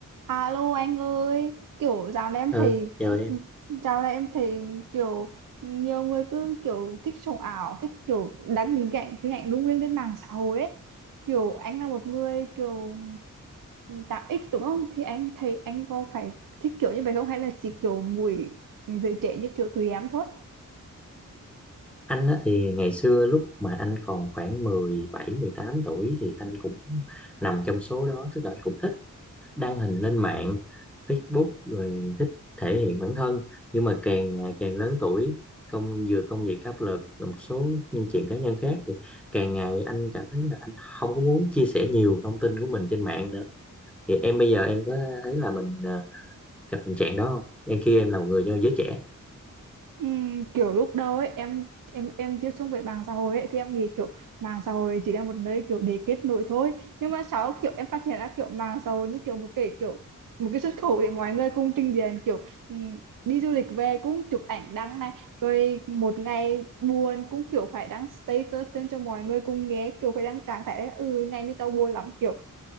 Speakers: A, on the right; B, in the centre.
A: À, Alo anh ơi, kiểu dạo này em
B: Ừ,
A: thấy
B: chào em.
A: dạo này em thấy kiểu nhiều người cứ kiểu thích sống ảo, thích kiểu đăng hình ảnh hình ảnh lung linh lên mạng xã hội ấy. Kiểu anh là một người kiểu tạo ích đúng không? Thì anh thấy anh có phải thích kiểu như vậy không hay là chỉ kiểu mùi giới trẻ như kiểu tụi em thôi?
B: Anh á, thì ngày xưa lúc mà anh còn khoảng mười bảy, mười tám tuổi thì anh cũng nằm trong số đó, tức là anh cũng thích đăng hình lên mạng, Facebook rồi thích thể hiện bản thân. Nhưng mà càng ngày càng lớn tuổi, công vừa công việc áp lực và một số những chuyện cá nhân khác thì càng ngày anh cảm thấy là anh không có muốn chia sẻ nhiều thông tin của mình trên mạng nữa. Thì em bây giờ em có thấy là mình à, gặp tình trạng đó không? Em khi em là một người do giới trẻ.
A: Ừm, kiểu lúc đầu ấy em em em tiếp xúc với mạng xã hội ấy thì em nghĩ kiểu mạng xã hội chỉ là một nơi kiểu để kết nối thôi nhưng mà sau kiểu em phát hiện ra kiểu mạng xã hội như kiểu một cái kiểu một cái xuất khẩu để mọi người cùng trình diện kiểu ừm, đi du lịch về cũng chụp ảnh đăng này rồi một ngày buồn cũng kiểu phải đăng status lên cho mọi người cùng nghe kiểu phải đăng trạng thái là, ừ ngày nay tao buồn lắm kiểu